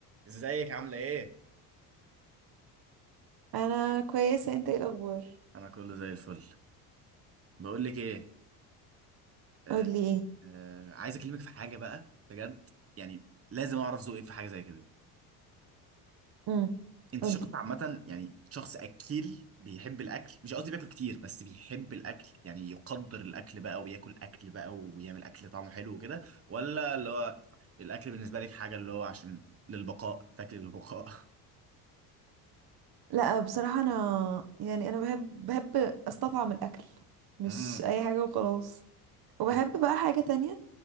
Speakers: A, on the right (about 30°); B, on the right (about 50°).
A: ازيك عاملة ايه؟
B: انا كويسه انت ايه الاخبار
A: انا كله زي الفل بقول لك ايه آه
B: قولي ايه
A: آه عايز اكلمك في حاجة بقى بجد يعني لازم اعرف ذوقك في حاجة زي كده
B: امم
A: انت
B: قولي
A: شخص عامة يعني شخص اكيل بيحب الاكل مش قصدي بياكل كتير بس بيحب الاكل يعني يقدر الاكل بقى وياكل اكل بقى ويعمل اكل طعمه حلو وكده ولا اللي هو الاكل بالنسبة لك حاجة اللي هو عشان للبقاء تاكل للبقاء
B: لا بصراحه انا يعني انا بحب بحب استطعم الاكل
A: <laughs>
B: مش
A: امم
B: اي حاجه وخلاص وبحب
A: بتحبي
B: بقى حاجه تانية